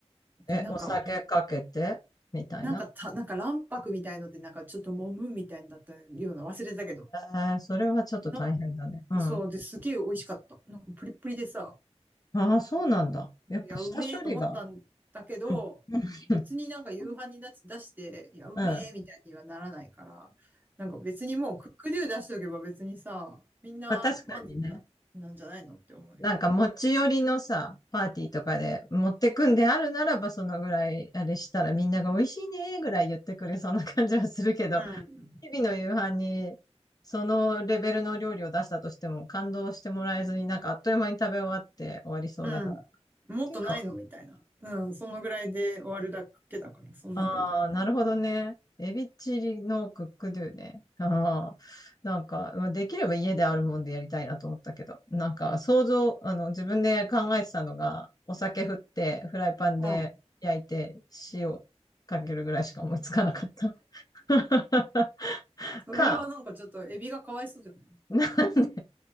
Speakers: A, on the right; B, on the left.
A: で、
B: え、
A: なんか、
B: お酒かけてみたいな。
A: なんかた、なんか卵白みたいので、なんかちょっと揉むみたいだったような、忘れたけど。
B: えー、それはちょっと大変だね。
A: な、
B: うん。
A: そう、で、すげえ美味しかった。なんかプリップリでさ、
B: ああ、そうなんだ。やっぱ下処理が。
A: いや、うめえと思ったんだけど、
B: うん、うん、
A: 別になんか夕飯に出し出して、いや、うめえみたいにはならないから、
B: うん。
A: なんか別にもうクックデュー出しておけば別にさ、みんな満足な、
B: まあ確かにね。
A: なんじゃないのって思うよ。
B: なんか持ち寄りのさ、パーティーとかで持ってくんであるならば、そのぐらいあれしたらみんなが美味しいねーぐらい言ってくれそうな感じはするけど、
A: うん。
B: 日々の夕飯にそのレベルの料理を出したとしても感動してもらえずになんかあっという間に食べ終わって終わりそうだから。
A: うん。
B: っ
A: もっとないのみたいな。
B: ていうのは
A: うん。そのぐらいで終わるだけだから、そんなのがいいんじゃない
B: ああ、なるほどね。エビチリのクックドゥね。ああ、なんか、まあできれば家であるもんでやりたいなと思ったけど、なんか想像、あの、自分で考えてたのが、お酒振って、フライパンで焼いて、
A: うん。
B: 塩かけるぐらいしか思いつかなかった。<laughs>
A: それはなんかちょっとエビがかわいそうじゃないい
B: か、なんで、